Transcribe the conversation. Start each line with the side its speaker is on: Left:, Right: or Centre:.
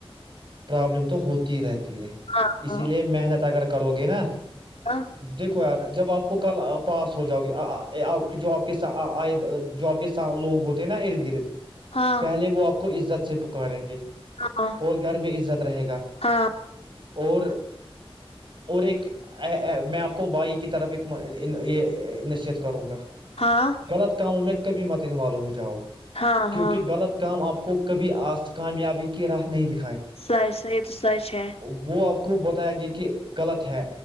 Right: پرابلم تو ہوتی ہی رہتی ہے
Left: ہاں
Right: اسی لیے محنت اگر کرو گے نا
Left: <unintelligible>
Right: دیکھو یار جب آپ کو کل پاس ہو جاؤ گی آپ کی جو آپ کے آئے جو آپ کے س لوگ ہوتے ہیں نا ارد گرد
Left: ہاں
Right: پہلے وہ اپنے کو عزت سے پکاریں گے
Left: ہاں
Right: اور گھر میں عزت رہے گا
Left: ہاں
Right: اور اور ایک میں آپ کو بھائی کی طرف ایک یہ نصیحت کروں گا
Left: ہاں
Right: غلط کاموں میں کبھی مت انوالو ہو جاؤ
Left: ہاں ہاں
Right: کیونکہ غلط کام آپ کو کبھی آس کامیابی کی راہ نہیں دکھا
Left: سح سحی یہ تو سی ہے
Right: وہ آپ کو بتائیں گے کہ غلط ہے